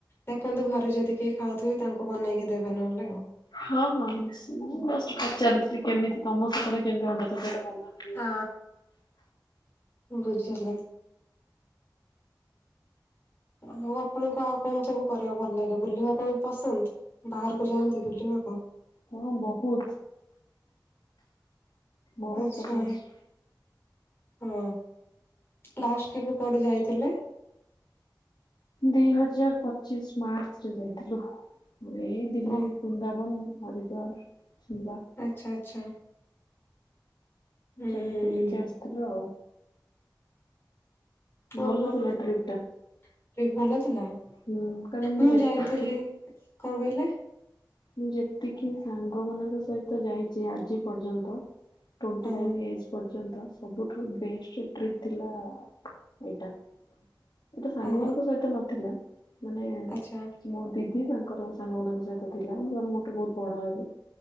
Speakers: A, on the left; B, on the left.
A: ଦେଖନ୍ତୁ ଘରେ ଯଦି କି ଖାଉଥିବ ତାଙ୍କୁ ବନେଇକି ଦେବେ ନହେଲେ ଆଉ।
B: ହଁ ହଁ ନିଞ୍ଚିତ୍ ନା ପଚାରୁଥିଲି କେମିତି ତମ ସେପଟେ କେମିତି ଅଣ୍ଡା ତରକାରୀ ବନା ହୁଏ?
A: ହ ବୁଝିଲି। ଆଉ ଆପଣଙ୍କୁ ଆଉ କଣ ସବୁ କରିବାକୁ ଭଲ ଲାଗେ ବୁଲିବାକୁ ପସନ୍ଦ। ବାହାରକୁ ଯାଆନ୍ତି ବୁଲିବାକୁ।
B: ହଁ ବହୁତ ବହୁତ
A: ଆଚ୍ଛା।
B: ପସନ୍ଦ।
A: ହଁ। ଲାଷ୍ଟ କେବେ କୁଆଡେ ଯାଇଥିଲେ?
B: ଦି ହଜାର ପଚିସ୍ ମାର୍ଚ୍ଚରେ ଯାଇଥିଲୁ। ଏଇ ଦିଲ୍ଲୀ
A: ଓ
B: ବୃନ୍ଦାବନ। ହରିଦ୍ୱାର। ଶିମଲା
A: ଆଚ୍ଛା ଆଚ୍ଛା। ହୁଁ
B: ଯାଇକି ବୁଲିକି ଆସିଥିଲୁ।
A: ଓହୋ
B: ଭଲ ଥିଲା
A: ଟ୍ରିପ
B: ଟ୍ରିପ୍ ଟା
A: ଭଲ ଥିଲା
B: ହୁଁ କାରଣ
A: ମୁଁ
B: ଯେତିକି
A: ଯାଇଥିଲି। କଣ କହିଲେ?
B: ମୁଁ ଯେତିକି ସାଙ୍ଗ ମାନଙ୍କ ସହିତ ଯାଇଛି ଆଜି ପର୍ଯ୍ୟନ୍ତ ଟ୍ୱେଣ୍ଟି
A: ହଁ
B: ନାଇନ୍ ଏଜ୍ ପ ସବୁଠୁ ବେଷ୍ଟ ଟ୍ରିପ ଥିଲା ଏଟା। ଏଇଟା ସାଙ୍ଗମାନଙ୍କ
A: ଓହୋ
B: ସହିତ ନଥିଲା। ମାନେ
A: ଆଚ୍ଛା
B: ମୋ ଦିଦି ତା ସାଙ୍ଗମାନଙ୍କ ସହିତ। ଥିଲା ମୋ ବହୁତ ବଡ଼ ହେବେ।